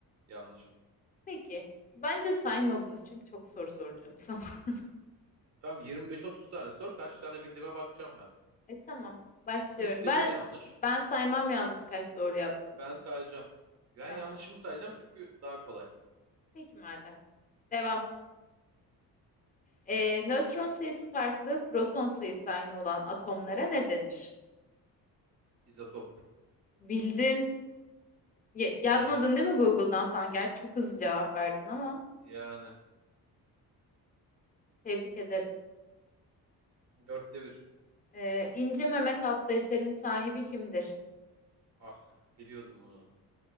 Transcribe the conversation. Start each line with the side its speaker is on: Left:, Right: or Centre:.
Right: yanlışım.
Left: Peki. Bence sayma bunu çünkü çok soru soracağım sana. <laughs>
Right: Tamam 25-30 tane sor. Kaç tane bildiğime bakacağım ben.
Left: E tamam. Başlıyorum.
Right: Üçte
Left: Ben
Right: bir yanlış.
Left: ben saymam yalnız kaç doğru yaptığını.
Right: Ben sayacağım. Ben
Left: Tamam.
Right: yanlışımı sayacağım çünkü daha kolay.
Left: Peki madem. Devam. Ee, nötron sayısı farklı, proton sayısı aynı olan atomlara ne denir?
Right: İzotop.
Left: Bildin. Ye- yazmadın
Right: E
Left: değil mi Google'dan falan? Gerçi çok hızlı cevap verdin ama
Right: yani
Left: tebrik ederim.
Right: dörtte bir.
Left: Ee, İnce Mehmet adlı eserin sahibi kimdir?
Right: Ah biliyordum bunu.